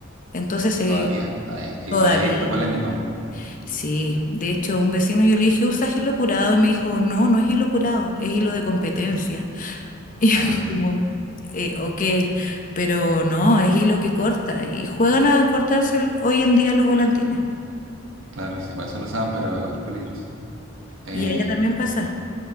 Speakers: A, on the left; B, on the right.
A: Entonces, eh,
B: todavía, Ah, ya. Igual
A: todavía.
B: ahí está polémico,
A: Sí, de hecho, un vecino yo le dije, ¿usas hilo curado? Y me dijo, no, no es hilo curado, es hilo de competencia. <laughs> Y
B: ah,
A: yo dije como, "Eh, ok, pero no, es hilo que corta. Y juegan a cortarse el- hoy en día los volantines.
B: claro, sí, para eso lo usaban, pero igual es peligroso. Eh,
A: Y allá también pasa.